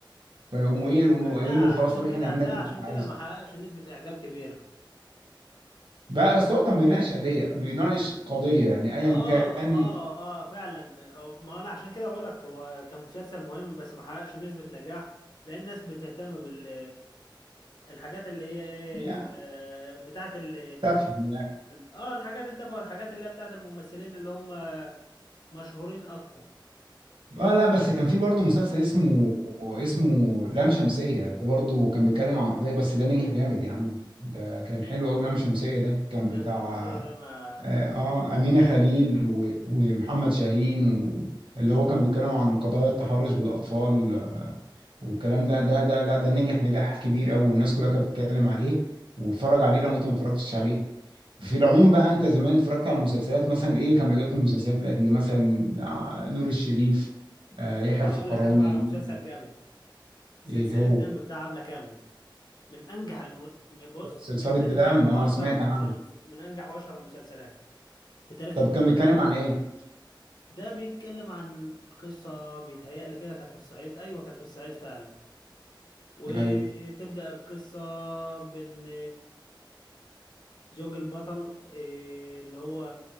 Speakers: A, on the right; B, on the left.
A: فيقوموا ايه يقوموا
B: هتلاقي
A: قايلين له خلاص
B: عشان
A: طب احنا
B: كده
A: نعمل
B: هتلاقي
A: لك اللي
B: عشان
A: انت عايزه
B: كده ما حققش نسبة إعجاب كبيرة
A: بقى بس هو كان بيناقش قضيه بيناقش قضيه يعني ايا
B: اه
A: كان
B: اه اه فعلا أو- ما انا عشان كده بقول لك هو كان مسلسل مهم بس ما حققش نسبة نجاح لأن الناس بتهتم بال الحاجات اللي هي ايه
A: يعني
B: آه، بتاعت ال
A: تفهم
B: اه الحاجات التافهة والحاجات اللي هي بتاعت الممثلين اللي هم مشهورين اكتر
A: اه لا بس كان في
B: فاهم؟
A: برضه مسلسل اسمه اسمه لام شمسية ده برضه كان بيتكلم عن قضية بس ده نجح جامد يا عم ده كان حلو أوي لام شمسية ده كان
B: لام
A: بتاع
B: شمسية ده ما
A: اه آه، أمينة خليل و... ومحمد شاهين و... اللي هو كان بيتكلم عن قضايا التحرش بالأطفال والكلام ده ده ده لا ده نجح نجاح كبير أوي والناس كلها كانت بتتكلم عليه واتفرج عليه لو أنت ما اتفرجتش عليه في العموم بقى انت زمان اتفرجت على مسلسلات مثلا ايه كان بيجيلك من المسلسلات القديمه مثلا آه، نور الشريف آه، يحيى
B: هقول
A: الفخراني
B: لك انا بقى على مسلسل جامد سلسلة
A: ايه هو
B: دم بتاع عبلة كامل من انجح الم... بص
A: سلسله
B: من انجح
A: دم
B: واشهر
A: اه سمعت
B: المسلسل
A: عنه
B: من انجح واشهر المسلسلات في تاريخ
A: طب
B: الكوميدي
A: كان بيتكلم عن ايه
B: ده بيتكلم عن قصه بيتهيألي كده كانت في الصعيد ايوه كانت في الصعيد فعلا وتبدأ
A: ايوه
B: القصه بان زوج البطل إيه، اللي هو